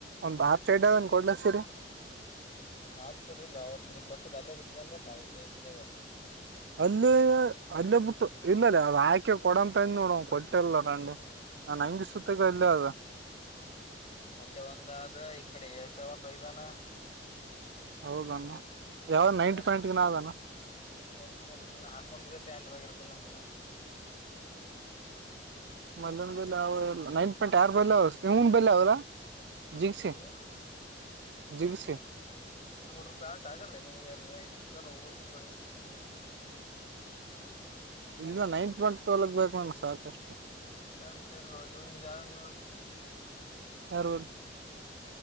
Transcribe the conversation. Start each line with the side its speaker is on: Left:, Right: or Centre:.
Right: ಒಂದ್ ಆ ಸೈಡ್ ಅದನ್ ಕೊಡ್ಲತೀರಿ
Left: ಹಾಪ್ ಚಡ್ಡಿ ಇಲ್ಲ ಅವತ್ ನೀ ಕೊಟ್ಟಿದ್ದ ಅಲ್ಲೇ ಬಿಟ್ಟು ಬಂದೆ ಪೈಸೆ ಎಷ್ಟದಾಗ
Right: ಅಲ್ಲೇ ಅಲ್ಲೇ ಬಿುಟ್ಟು ಇಲ್ಲಲ್ಲ ಅದು ಆಯ್ಕೆ ಕೊಡಂತ ನೋಡ ಕೊಟ್ಟಲ್ಲ ನನ್ಗೆ ನಾನ್ ಹಂಗಿ ಸುತ್ತಗ ಅಲ್ಲೇ ಆದು
Left: ಅಲ್ಲಿ ಒಂದಾದ ಈ ಕಡೆ ಏಷ್ಯಾ ಒಂದು ವೈದಾನ
Right: ಹೌದಣ ಯಾವ್ದ್ ನೈಟ್
Left: ದಿನ
Right: ಪ್ಯಾಟಿಗೆ ಆದೆನು
Left: ನೈಟ್ ಪ್ಯಾಂಟ್ ಇಲ್ಲ ಹಾಕೊಂಡಿದ್ದೆ ಪ್ಯಾಂಟ್ ಮ್ಯಾಗ ಇರುತ್ತೇನಿ ನೋಡು ದಿನ
Right: ಮಲ್ಲ ಬ ಅವ ನೈನ್ ಪಾಯಿಂಟ್ ಆರ್ ಬಲ್ಲ ಅವ ಇನ್ ಬಲ್ಲ ಅವಲ್ಲ ಜಿಗ್ಸಿ
Left: ಹ್ಮ್
Right: <inaudible> ಜಿಬಿಷಿ
Left: ಅವರು ಪ್ಯಾಂಟ್ ಆಗಲೇ ನಿನಗ ಓಸು ತೊಳಿಬೇಕು
Right: ಲಿಂಗ ನೈಟ್ ಪ್ಯಾಂಟ್ ತಗೋಬೇಕು ನನಗ
Left: ಹ್ಮ ಪ್ಯಾಂಟ್ ಇಲ್ಲೋ ಇವನ್ ಬೆಲ್ಲಿ ಆದ ನೋಡು
Right: ಹೂರ್ <inaudible>